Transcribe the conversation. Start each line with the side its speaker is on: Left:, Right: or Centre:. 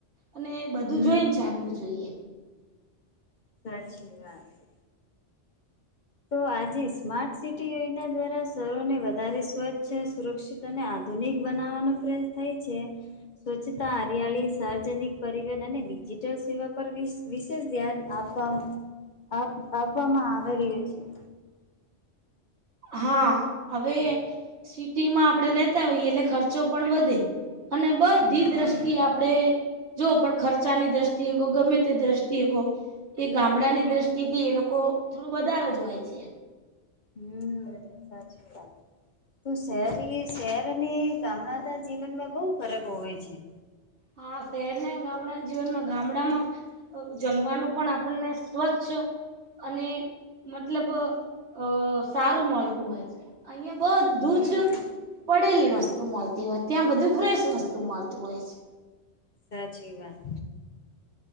Right: અને બધું
Left: હમ
Right: જોઈને ચાલવું જોઈએ.
Left: <unintelligible> તો આજે સ્માર્ટ સિટી યોજના દ્વારા શરોને વધારે સ્વચ્છ, સુરક્ષિત તને આધુનિક બનાવવાનો પ્રયસ થાય છે. સ્વચ્છતા, હરિયાળી, સાર્વજનિક પરિવહન અને ડિજિટલ સેવા પર વિસ વિશેષ ધ્યાન આપવા આપ આપવામાં આવે રહ્યું છે.
Right: હા, હવે સિટીમાં આપણેે રેતા હોઈએ, એટલે ખર્ચો પણ વધે. અને બધી
Left: હા.
Right: દ્રષ્ટિ આપડે જો પણ ખર્ચાની દ્રષ્ટિએ ગમે તે દ્રષ્ટિએ કો એ ગામડા ની દ્રષ્ટિથી એ લોકો થોડું વધારે જ હોય છે.
Left: હમ્મ, સાચી વાત. તો શહેરી-શહેર અને ગામડાના જીવનમાં બહુ ફરક હોય છે.
Right: હા, શહેર ને ગામડાના જીવનમાં ગામડામાં. જમવાનું પણ આપણને સ્વચ્છ અને મતલબ અ સારું મળતું હોય છે, અહિયાં બ બું
Left: હમ્મ,
Right: જ પડેલી વસ્તુ મળતી હોય, ત્યાં બધું ફ્રેશ વસ્તુ મળતું હોય છે.
Left: સાચી વાત.